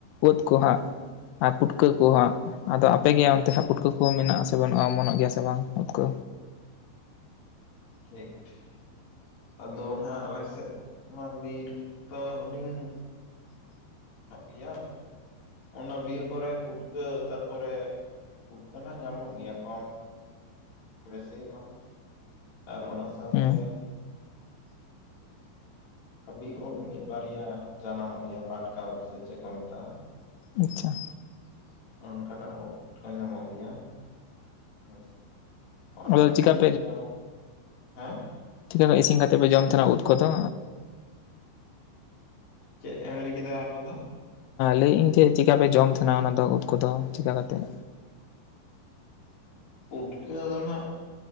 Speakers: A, on the left (about 85°); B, on the left (about 40°).
A: ᱩᱫ ᱠᱚ ᱦᱟᱸᱜ᱾ ᱟᱨ ᱯᱩᱴᱠᱟᱹ ᱠᱚ ᱦᱟᱸᱜ᱾ ᱟᱫᱚ ᱟᱯᱮ ᱜᱮᱭᱟ ᱚᱱᱛᱮ ᱦᱟᱸᱜ ᱯᱩᱴᱠᱟᱹ ᱠᱚ ᱢᱮᱱᱟᱜ ᱟᱥᱮ ᱵᱟᱹᱱᱩᱜᱼᱟ ᱚᱢᱚᱱᱚᱜ ᱜᱮᱭᱟ ᱥᱮ ᱵᱟᱝ ᱩᱫ ᱠᱚ
B: ᱴᱷᱤᱠ ᱴᱷᱤᱠ᱾ ᱟᱫᱚ ᱱᱟᱜ ᱟᱞᱮ ᱥᱮᱫ ᱢᱟ ᱵᱤᱨ ᱫᱚ ᱦᱩᱰᱤᱧ ᱜᱟᱱᱚᱜ ᱜᱮᱭᱟ ᱚᱱᱟ ᱵᱤᱨ ᱠᱚᱨᱮ ᱯᱩᱴᱠᱟᱹ ᱛᱟᱨᱯᱚᱨᱮ ᱯᱩᱴᱠᱟᱹ ᱱᱟᱜ ᱧᱟᱢᱚᱜ ᱜᱮᱭᱟ ᱠᱚ <unintelligible> ᱟᱨ ᱚᱱᱟ ᱥᱟᱶᱛᱮ
A: ᱦᱩᱸ
B: ᱚᱝᱠᱟ ᱵᱤᱨ ᱩᱫ ᱢᱤᱫ ᱵᱟᱨᱭᱟ ᱡᱟᱱᱟᱢᱚᱜ ᱜᱮᱭᱟ ᱯᱟᱴᱠᱟ ᱩᱫ ᱥᱮ ᱪᱮᱫ ᱠᱚ ᱢᱮᱛᱟᱜᱼᱟ᱾
A: ᱟᱪᱪᱷᱟ᱾
B: ᱚᱱᱠᱟᱱᱟᱜ ᱩᱫ ᱠᱚ ᱧᱟᱢᱚᱜ ᱜᱮᱭᱟ ᱦᱮᱸᱥᱮ ᱚᱱᱟ
A: ᱟᱫᱚ
B: ᱠᱚᱜᱮ
A: ᱪᱤᱠᱟ
B: ᱠᱤᱪᱷᱩ ᱧᱟᱢᱚᱜ᱾ ᱦᱮᱸ?
A: ᱪᱤᱠᱟᱹᱛᱮ ᱤᱥᱤᱱ ᱠᱟᱛᱮᱫ ᱯᱮ ᱡᱚᱢ ᱛᱟᱦᱮᱱᱟ ᱩᱫ ᱠᱚᱫᱚ?
B: ᱪᱮᱫ ᱮᱢ ᱞᱟᱹᱭ ᱠᱮᱫᱟ ᱟᱨ ᱢᱤᱫ ᱫᱷᱟᱣ?
A: ᱞᱟᱹᱭᱮᱜ-ᱤᱧ ᱡᱮ ᱪᱮᱠᱟᱯᱮ ᱡᱚᱢ ᱛᱟᱦᱮᱱᱟ ᱚᱱᱟ ᱫᱚ ᱩᱫ ᱠᱚᱫᱚ ᱪᱮᱠᱟ ᱠᱟᱛᱮᱫ?
B: ᱯᱩᱴᱠᱟᱹ ᱫᱚ ᱱᱟᱦᱟᱸᱜ